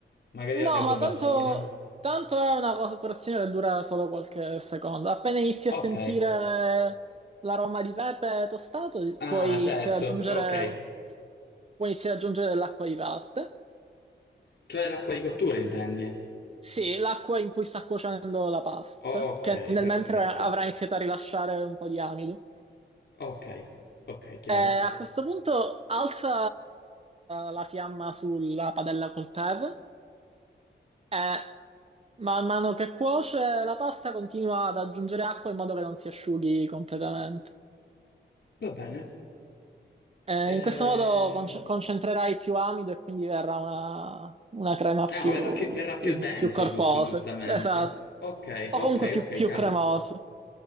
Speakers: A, on the left; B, on the right.
A: magari
B: No,
A: la tengo
B: ma
A: bassina.
B: tanto, tanto è una cooperazione che dura solo qualche secondo. Appena inizi
A: Ok.
B: a sentire l'aroma di pepe tostato,
A: Ah,
B: puoi
A: certo,
B: iniziare ad aggiungere,
A: ok.
B: puoi iniziare ad aggiungere dell'acqua di pasta.
A: Cioè l'acqua di cottura intendi?
B: Sì, l'acqua in cui sta cuocendo la pasta,
A: Ok,
B: che nel
A: perfetto.
B: mentre avrà iniziato a rilasciare un po' di amido.
A: Ok, ok, chiaro.
B: E a questo punto alza la fiamma sulla padella col tevere Eh, man mano che cuoce la pasta continua ad aggiungere acqua in modo che non si asciughi completamente.
A: Va bene.
B: Eh,
A: Ehm...
B: in questo modo conce- concentrerai più amido e quindi verrà una, una crema
A: Ah,
B: più,
A: verrà più, verrà più
B: più-
A: denso
B: più corposa.
A: tutto, giustamente.
B: Esatto.
A: Ok,
B: O
A: ok,
B: comunque più,
A: ok,
B: più
A: chiaro.
B: cremosa.